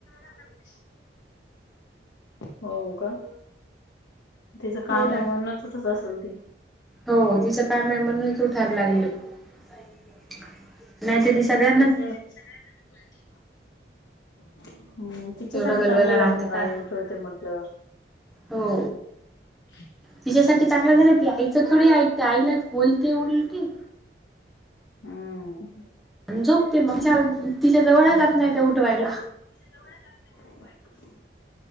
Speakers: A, on the left; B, in the centre.
A: <unintelligible> हो, का. तिज कामय
B: हो ना
A: मनुनच, उठत असेल ती.
B: हो. तिचं कामय म्हणूनच उठायला लागलं. <unintelligible> नाही त, ती सगळ्या
A: तसं. सगळ्यात आधी बोलती. <unintelligible> हो. तिच्यासाठी
B: एवढा गलबला
A: चांगलं झालं
B: राहते
A: मग.
B: का
A: आई उठवते म्हटलंवर.
B: हो.
A: <unintelligible>
B: तिच्यासाठी चांगलं झालं. ती आईच थोडी ऐकते. आईलाच बोलते उलटी.
A: हम्.
B: झोपते मग. च्या तिच्या जवळ जात नाही त्या, उठवायला.
A: तिच्या जवळ जात नाही उठवायला.